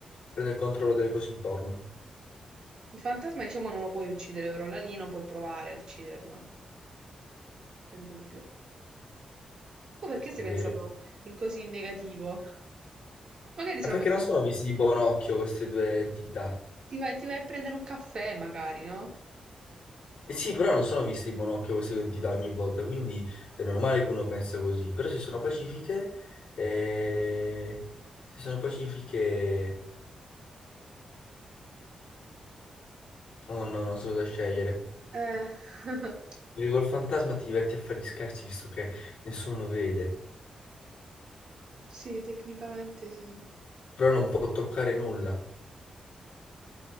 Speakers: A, on the left; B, on the right.
A: prende il controllo delle cose intorno,
B: Il fantasma, diciamo, non lo puoi uccidere, però l'alieno puoi provare a ucciderlo, nel dubbio. Tu perché sei
A: è vero?
B: pensato in così in negativo? Magari
A: Ma
B: sono...
A: perché non sono visti di buon occhio queste due entità?
B: Ti vai, ti vai a prendere un caffè, magari, no?
A: Eh sì, però non sono viste in monocchio queste identità ogni volta, quindi è normale che uno pensa così. Però se sono pacifiche, eh, se sono pacifiche, oh no, non so cosa scegliere.
B: Eh. <laughs>
A: Perché col fantasma ti diverti a fare gli scherzi visto che nessuno vede,
B: Sì, tecnicamente sì.
A: però non può toccare nulla.